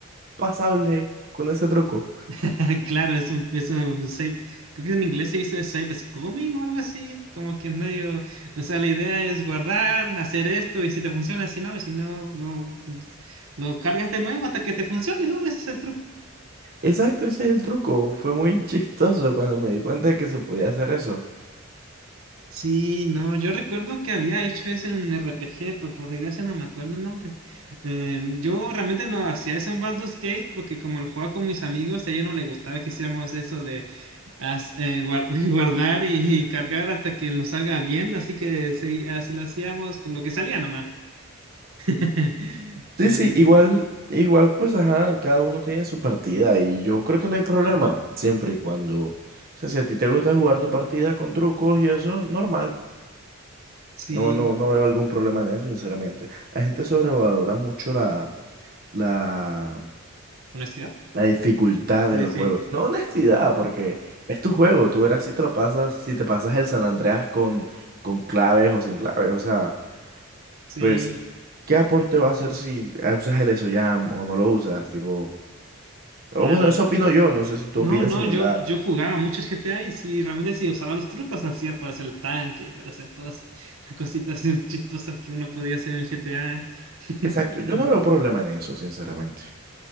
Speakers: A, on the right; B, on the right.
A: pasable con ese truco.
B: <laughs> Claro, es un, es un safe- creo que en inglés se dice safe scumming o algo así, como que es medio, o sea, la idea es guardar, hacer esto y si te funciona, si no, y si no, lo, lo cargas de nuevo hasta que te funcione, ¿no? Ese es el truco.
A: Exacto, ese es el truco. Fue muy <laughs> chistoso cuando me di cuenta de que se podía hacer eso.
B: Sí, no, yo recuerdo que había hecho eso en un R P G, pero por desgracia no me acuerdo el nombre. Eh, yo realmente no hacía eso en Baldur's Gate porque como lo jugaba con mis amigos, a ella no le gustaba que hiciéramos eso de as- eh, guar- <laughs> guardar y, cargar hasta que nos salga bien, así que sí, así lo hacíamos con lo que salía nomás. <laughs>
A: Sí,
B: Eh,
A: sí, igual, igual, pues, ajá, cada uno tiene su partida y yo creo que no hay problema, siempre y cuando... O sea, si a ti te gusta jugar tu partida con trucos y eso, normal.
B: sí,
A: No, no, no veo algún problema en eso, sinceramente. La gente sobrevalora mucho la, la,
B: honestidad.
A: la dificultad
B: Sí,
A: en los
B: sí.
A: juegos. No honestidad, porque es tu juego. Tú verás si te lo pasas, si te pasas el San Andreas con, con claves o sin claves. O sea,
B: Sí,
A: pues, ¿qué aporte va a hacer si eh, usas el EsoJam o no lo usas? Tipo,
B: claro.
A: o bueno, eso opino yo. No sé si tú
B: No,
A: opinas
B: no,
A: similar.
B: yo, yo jugaba mucho GTA y sí, realmente sí usaba los trucos, hacía para hacer el tanque y para hacer todas <laughs> las cositas eh, chistosas que uno podía hacer en el GTA. <laughs>
A: Exacto. Yo no veo problema en eso, sinceramente.